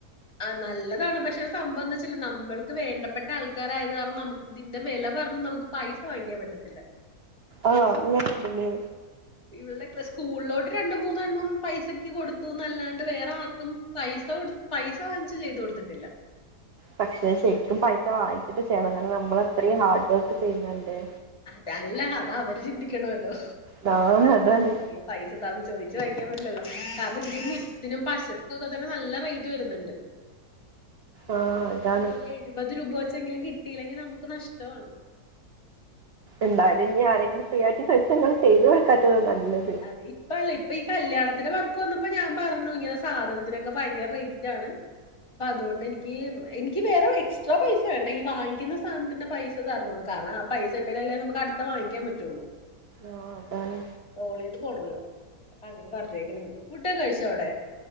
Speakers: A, on the left; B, on the right.
A: ആഹ് നല്ലതാണ് പക്ഷെ സംഭവം എന്താ വെച്ചാല് നമ്മൾക്ക് വേണ്ടപ്പെട്ട ആൾക്കാരായത് കാരണം നമക്ക് ഇതിന്റെ വെല പറഞ്ഞു നമുക്ക് പൈസ വാങ്ങിക്കാൻ പറ്റത്തില്ല
B: ആഹ് നൂല് ഇണ്ട്ല്ലേ
A: ഇവളെ സ്കൂളിലോട്ട് രണ്ട് മൂന്നെണ്ണം പൈസക്ക് കൊടു ന്നല്ലാണ്ട് വേറെ ആർക്കും പൈസ കൊട് പൈസ വാങ്ങിച്ച് ചെയ്ത് കൊടുത്തിട്ടില്ല
B: പക്ഷെ ശരിക്കും പൈസ വാങ്ങിച്ചിട്ട് ചെയ്യണം അങ്ങനെ നമ്മൾ അത്രയും ഹാർഡ് വർക്ക് ചെയ്യുന്നല്ലേ
A: അതല്ലാ അത് അവര് ചിന്തിക്കണല്ലോ
B: ഞാനും അതാണ്
A: പൈസ ഇതാന്ന് ചോദിച്ചു വാങ്ങിക്കാൻ പറ്റില്ലല്ലോ കാരണം ഇതിന്റെ മുത്തിനും പശക്കും ഒക്കെ തന്നെ നല്ല റേറ്റ് വരുന്നുണ്ട്
B: ആഹ്
A: അപ്പൊ ഒരണ്ണത്തിന്
B: അതാണ്.
A: ഒരു എഴുപത് രൂപ വെച്ചെങ്കിലും കിട്ടിയില്ലെങ്കിൽ നമുക്ക് നഷ്ടമാണ്
B: എന്തായാലും നീ ആരെങ്കിലും ഫ്രീയാട്ട് സെറ്റൊന്നും ചെയ്ത് കൊടുക്കാത്തത് നല്ലത്
A: അതെ ഇപ്പ അല്ല ഇപ്പ ഈ കല്യാണത്തിന്റെ വർക്ക് വന്നപ്പോ ഞാൻ പറഞ്ഞു ഇങ്ങനെ സാധനത്തിനൊക്കെ ഭയങ്കര റേറ്റ് ആണ് അപ്പൊ അതുകൊണ്ട് എനിക്ക് എനിക്ക് വേറെ എക്സ്ട്രാ പൈസ വേണ്ട ഈ വാങ്ങിക്കുന്ന സാധനത്തിന്റെ പൈസ തരണന്ന് കാരണം ആഹ് പൈസ ഉണ്ടേലെല്ലേ നമുക്ക് അടുത്ത വാങ്ങിക്കാൻ പറ്റുള്ളൂ
B: ആഹ് അതാണ്
A: ഓൾ ചെയ്ത് പോകണല്ലോ അങ്ങനെ വരച്ചേക്ക്ണാണ് ഫുഡൊക്കെ കഴിച്ചോ അവിടെ